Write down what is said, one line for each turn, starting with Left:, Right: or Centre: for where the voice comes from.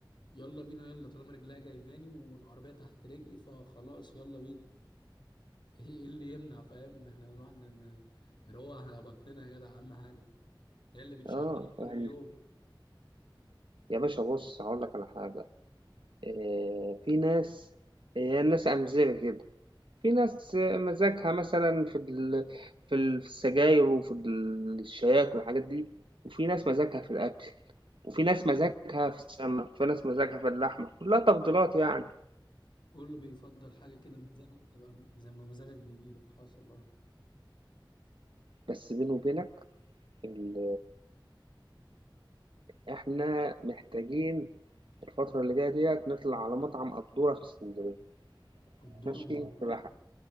Left: يلا بينا يلا طالما رجليا جايباني والعربيه تحت رجلي فخلاص يلا بينا ايه إيه اللي يمنع فاهم ان احنا نروح ن- نروق على بطننا يا جدع اهم حاجه هي اللي بتشغلك
Right: آه،
Left: طول
Right: يعني
Left: اليوم
Right: يا باشا بُص هاقول لك على حاجة، آآ في ناس آه، هي الناس أمزجة كده. في ناس مزاجها مثلًا في ال في ال في السجاير وفي ال الشياكة والحاجات دي، وفي ناس مزاجها في الأكل، وفي ناس مزاجها في السمك، وفي ناس مزاجها في اللحمة، كلّها تفضيلات يعني.
Left: كله بيفضل حاجه كده مزاجه بتبقى م- زي ما مزاجك بيجيبك حصل اه
Right: بس بيني وبينك ال إحنا محتاجين الفترة اللي جاية ديّة نطلع على مطعم قدّورة في إسكندرية،
Left: قدوره
Right: ماشي،
Left: هو قدور
Right: تبقى